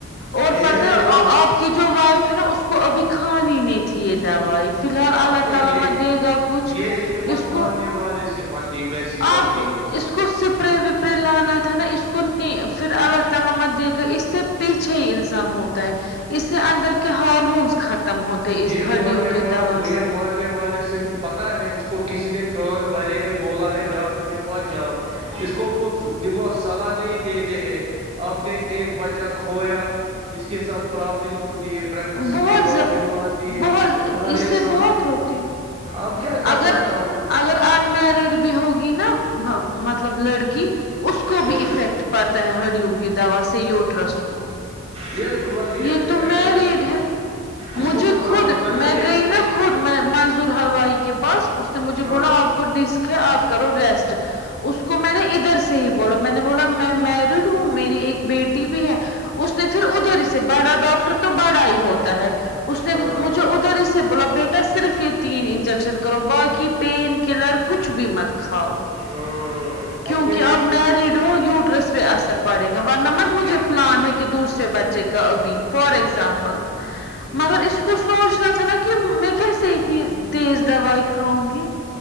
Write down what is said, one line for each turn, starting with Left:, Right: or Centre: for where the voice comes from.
Left: اور
Right: یہ
Left: پت
Right: ہے نا اس کو
Left: آپ کی جو وائف نا اس کو ابھی کھانی نہیں تھی یہ دوائی فلحال اللہ
Right: اب کیا
Left: تعالی
Right: یہ
Left: کچھ
Right: یہ یہ مت
Left: اس کو
Right: ماننے والے سے بندی ویسی
Left: اپ
Right: بندی ہے
Left: اس کو سپرے و تے لانا تھا نا اس کو نہیں پھر اللہ تعالی مت دے گا اس سے پیچھے انسان ہوتا ہے اس سے اندر کے ہارمونس ختم ہوتے
Right: یہ
Left: اس ہڈیوں
Right: ماننے
Left: کے
Right: والے
Left: دوا
Right: وہ یہ
Left: سے
Right: ماننے والے سے پتا ہے اس کو کسی نے کان بھرے ہے بولا ہے ڈاکٹر کے کے پاس جاؤ اس کو وہ دماغ صلاح نہیں دیتے ہیں آپ نے ایک بچہ کھویا اس کے ساتھ پرابلم ہوتی ہے پریگنسی
Left: بہت
Right: میں پرابلم آتی ہے
Left: بہت
Right: مگر
Left: اس
Right: یہ
Left: سے
Right: سمجھ
Left: بہت ہوتی
Right: اب کیا کر
Left: اگر
Right: سکتا ہوں
Left: اگر انمیرڈ بھی ہوگی نا مطلب لڑکی اس کو
Right: ہاں
Left: بھی افیکٹ پڑتا ہے ہڑیوں کی دوا سے یوٹرس کو
Right: یہ رولا
Left: یہ تو
Right: بیٹھنے
Left: م ریڈ ہے
Right: اس
Left: مجھے
Right: کو کھانا
Left: خود
Right: ہوتا ہے نا
Left: میں
Right: یہ
Left: گئی
Right: یہ
Left: نا خود منظور حلوائ پاس اس نے مجھے
Right: ہاں
Left: بولا آپ کو ڈسک ہے آپ کرو ریسٹ اس کو میں نے ادھر سے ہی بولا میں نے بولا میں میر ہوں میری ایک بیٹی بھی ہے اس نے پھر ادھر سے بڑا ڈاکٹر تو بڑا ہی ہوتا ہے اس نے
Right: ہاں
Left: مجھے ادھر ہی سے بولا بیٹا صرف یہ تین انجیکشن کا کربا کی پین کلر کچھ بھی مت کھاؤ
Right: ہاں
Left: کیونکہ
Right: اب یہ دیکھوں
Left: آپ مریڈ
Right: گا اب
Left: ہو یوٹرس پہ اثر پڑے گا ورنمبر مجھے
Right: یہ
Left: پلان ہے کہ دوسرے بچے کا ابھی فار
Right: ہاں
Left: ایگزامپل
Right: ہوں
Left: مگر اس کو سوچنا تھا نا کہ میں کیسے اتنی تیز دوائی کاؤں گی